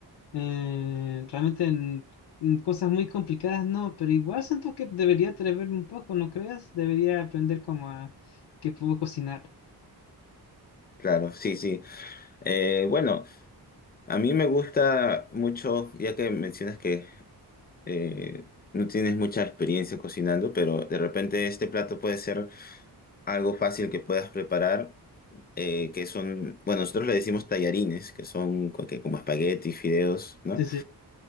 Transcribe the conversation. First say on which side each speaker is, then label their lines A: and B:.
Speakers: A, on the left; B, on the left.
A: Eh, realmente en, en cosas muy complicadas no, pero igual siento que debería atreverme un poco, ¿no creas? Debería aprender como a que puedo cocinar.
B: Claro, sí, sí. Eh, bueno, a mí me gusta mucho, ya que mencionas que eh, no tienes mucha experiencia cocinando, pero de repente este plato puede ser algo fácil que puedas preparar, eh, que son, bueno, nosotros le decimos tallarines, que son co- que como espaguetis, fideos, ¿no?
A: Sí, sí,